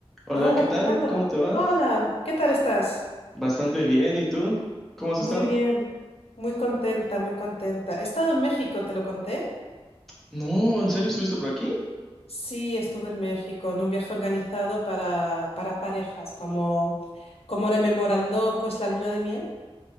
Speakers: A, in the centre; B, on the left.
A: Hola,
B: Hola
A: ¿qué tal?
B: Fernando,
A: ¿Cómo te va?
B: hola, ¿qué tal estás?
A: Bastante bien, ¿y tú? ¿Cómo has
B: Muy
A: estado?
B: bien, muy contenta, muy contenta. He estado en México, ¿te lo conté?
A: No, ¿en serio estuviste por aquí?
B: Sí, estuve en México en un viaje organizado para, para parejas, como, como rememorando pues la luna de miel.